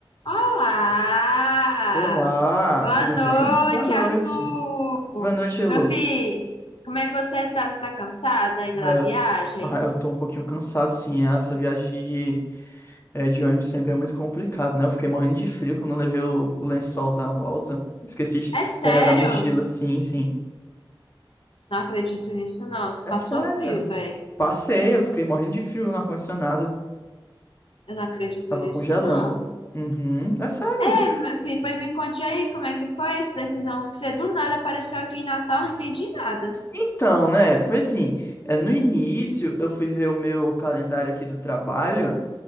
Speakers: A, on the left; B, on the left.
A: Olá!
B: Olá,
A: Boa
B: tudo
A: noite,
B: bem? Boa noite.
A: Arthur!
B: Boa noite, Elô.
A: Meu filho, como é que você tá? Você tá cansada ainda
B: Ah,
A: da
B: eu,
A: viagem?
B: ah, eu tô um pouquinho cansado, sim. Essa viagem de, eh, de ônibus sempre é muito complicado, né? Eu fiquei morrendo de frio quando eu levei o, o lençol na volta. Esqueci de
A: É sério?
B: pegar da mochila, sim, sim.
A: Não acredito nisso, não. Tu
B: É
A: passou
B: sério.
A: frio, velho.
B: Passei, eu fiquei morrendo de frio no ar-condicionado.
A: Eu não acredito
B: Tava
A: nisso,
B: congelando.
A: não.
B: Uhum, é sério.
A: É, meu filho, pois me conte aí como é que foi essa decisão que você do nada apareceu aqui em Natal, não entendi nada.
B: Então, né? Foi assim. eh, no início, eu fui ver o meu calendário aqui do trabalho.